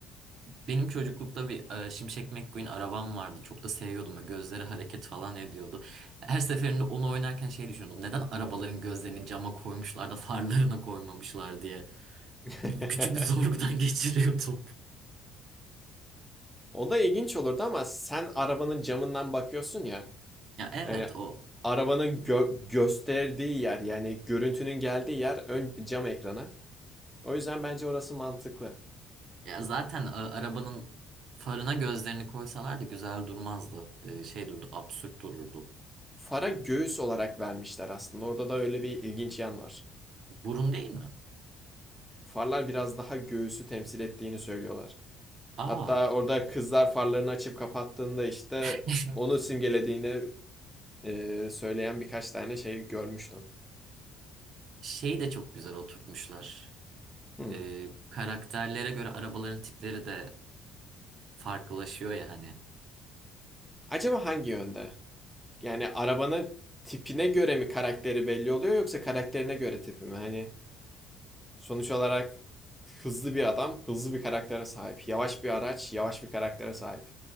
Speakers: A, on the right; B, in the centre.
A: Benim çocuklukta bir e, Şimşek McQueen arabam vardı. Çok da seviyordum. Böyle Gözleri hareket falan ediyordu. Her seferinde onu oynarken şey düşünüyordum. Neden arabaların gözlerini cama koymuşlar da farlarına koymamışlar diye.
B: <laughs>
A: Bir- Küçük bir sorgudan <laughs> geçiriyordum.
B: O da ilginç olurdu ama sen arabanın camından bakıyorsun ya.
A: Ya evet
B: Yani
A: o
B: arabanın gö- gösterdiği yer yani görüntünün geldiği yer ön cam ekranı. O yüzden bence orası mantıklı.
A: Ya zaten a- arabanın farına gözlerini koysalardı güzel durmazdı. Ee, şey durdu, absürt dururdu.
B: Fara göğüs olarak vermişler aslında. Orada da öyle bir ilginç yan var.
A: Burun değil mi?
B: Farlar biraz daha göğüsü temsil ettiğini söylüyorlar.
A: Aa,
B: Hatta orada kızlar farlarını açıp kapattığında işte
A: <laughs>
B: onu simgelediğini e, söyleyen birkaç tane şey görmüştüm.
A: Şeyi de çok güzel oturtmuşlar.
B: Hmm.
A: Ee, karakterlere göre arabaların tipleri de farklılaşıyor ya hani.
B: Acaba hangi yönde? Yani arabanın tipine göre mi karakteri belli oluyor yoksa karakterine göre tipi mi? Hani Sonuç olarak hızlı bir adam, hızlı bir karaktere sahip. Yavaş bir araç, yavaş bir karaktere sahip.